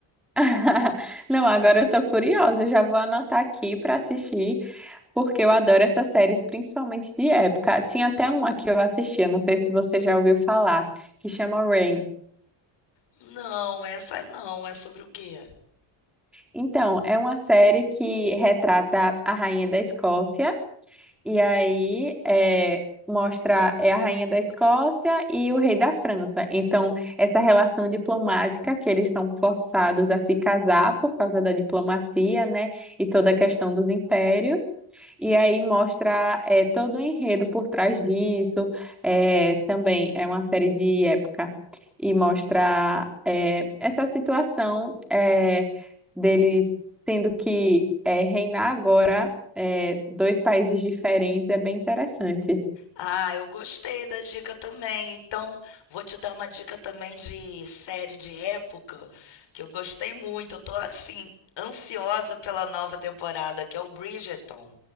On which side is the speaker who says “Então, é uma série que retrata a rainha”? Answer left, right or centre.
Centre